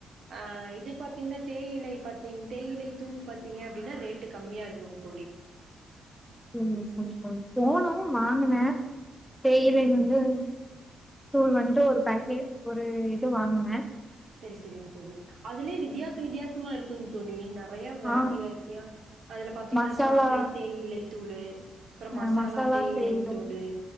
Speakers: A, on the right (about 65°); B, in the centre.
A: ஆ இது பாத்தீங்கன்னாத் தேயிலை பாத்தீங் தேயிலை தூள் பாத்தீங்க அப்டின்னா ரேட்டு கம்மியா இருக்குங் தோழி
B: சேரிங் சேரிங் தோழி போனோ வாங்குன தேயிலை வந்து தூள் வந்து ஒரு பாக்கெட் ஒரு இது வாங்குன
A: சேரி சேரிங் தோழி அதுலயே வித்தியாச வித்தியாசமா இருக்குங் தோழ் ழி நா நெறையா வெரைட்டி
B: ஆ
A: வெரைட்டியா அதுல பாத்தீங்கன்னா
B: மசாலா
A: சாக்லேட் தேயிலை தூளு அப்புறம்
B: அ
A: மசாலா தேயிலை
B: செய்றது
A: தூளு